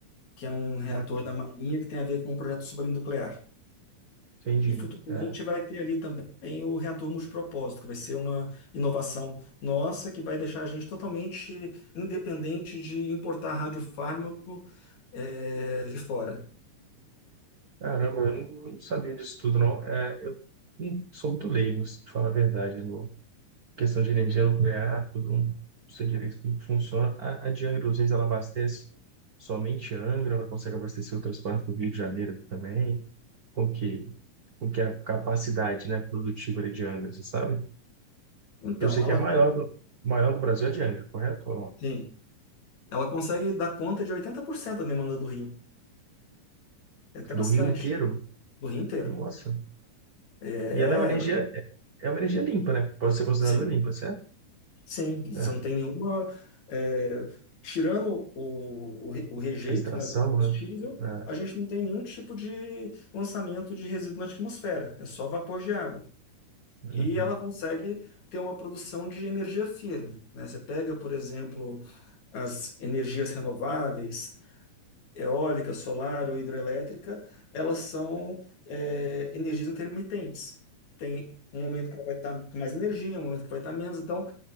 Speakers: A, on the left; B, on the right.
A: que é um reator
B: uma-
A: da Marinha que tem a ver com o projeto supranuclear.
B: entendi.
A: E futuramente
B: É.
A: vai ter ali também o reator multipropósito, que vai ser uma inovação nossa que vai deixar a gente totalmente independente de importar radiofármaco eh, de fora.
B: Caramba, eu não não sabia disso tudo, não. É, eu hum, sou muito leigo, se te falar a verdade, questão de energia nuclear, tudo, não sei direito como que funciona. A, a de Angra, às vezes, ela abastece somente Angra, ela consegue abastecer outras partes do Rio de Janeiro também. Como que, como que é a capacidade, né, produtiva ali de Angra, você sabe?
A: Então,
B: Eu sei
A: ela,
B: que é a maior do, maior do Brasil é de Angra, correto? ou não?
A: sim, ela consegue dar conta de 80% da demanda do Rio. É até
B: Do
A: bastante,
B: Rio inteiro?
A: do Rio inteiro.
B: Nossa.
A: É,
B: E ela é uma energia, é é uma energia limpa, né? Pode ser considerada
A: sim.
B: limpa, certo?
A: Sim, você
B: É.
A: não tem nenhuma. é, tirando o, o, re- o rejeito,
B: A extração,
A: né, do combustível,
B: né? É.
A: a gente não tem nenhum tipo de lançamento de resíduo na atmosfera, é só vapor de água.
B: Uhum.
A: E ela consegue ter uma produção de energia firme, né? Você pega, por exemplo, as energias renováveis, eólica, solar ou hidrelétrica, elas são, é, energias intermitentes. Tem um momento que ela vai estar com mais energia, um momento que vai estar menos. Então,